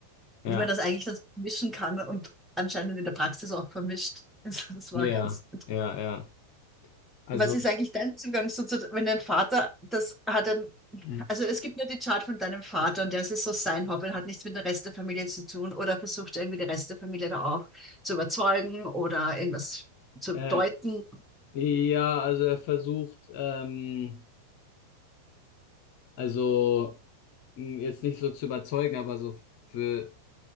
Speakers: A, on the left (about 45°); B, in the centre.
A: Ja.
B: wie man das eigentlich dann mischen kann und anscheinend in der Praxis auch vermischt. <laughs> Also Das war
A: Ja.
B: ganz. cool.
A: Ja. Ja. Also.
B: Was ist eigentlich dein Zugang so zu, wenn dein Vater, das hat dann,
A: mhm.
B: also es gibt nur die Chart von deinem Vater und der ist so sein Hobby, hat nichts mit der Rest der Familie zu tun oder versucht irgendwie die Rest der Familie da auch zu überzeugen oder irgendwas zu
A: Äh,
B: deuten.
A: ja, also er versucht, ähm, also mh, jetzt nicht so zu überzeugen, aber so für,